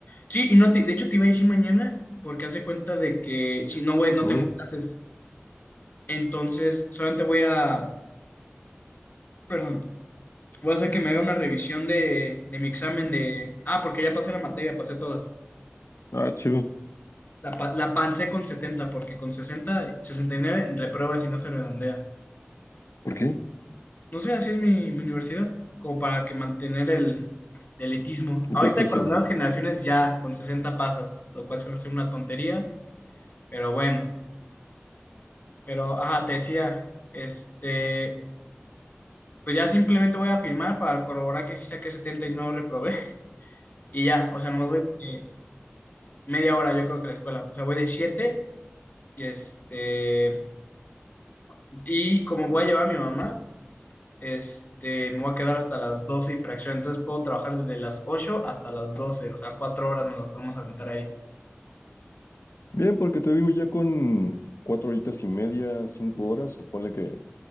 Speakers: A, on the left; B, on the left.
A: Sí, y no te- de hecho te iba a decir mañana porque haz de cuenta de que si no voy, no
B: Ajá.
A: tengo clases, entonces solamente voy a, perdón. Voy a hacer que me haga una revisión de, de mi examen de... Ah, porque ya pasé la materia, pasé todas.
B: Ah, chido.
A: La, pa- la pancé con 70 porque con sesenta sesenta y nueve repruebas y no se redondea.
B: ¿Por qué?
A: No sé, así es mi, mi universidad, como para que mantener el, el elitismo.
B: El
A: Ahorita
B: prestigio.
A: con las nuevas generaciones ya con 60 pasas, lo cual se me hace una tontería, pero bueno. Pero, ajá, te decía, este... Pues ya simplemente voy a firmar para corroborar que sí saqué 70 y no reprobé. Y ya, o sea, nomás voy... eh, media hora yo creo que a la escuela. O sea, voy de siete Y este, y como voy a llevar a mi mamá, este, me voy a quedar hasta las 12 y fracción. Entonces puedo trabajar desde las 8 hasta las doce o sea, cuatro horas nos las podemos aventar ahí.
B: Bien, porque te digo, ya con cuatro horitas y media, cinco horas, o ponle que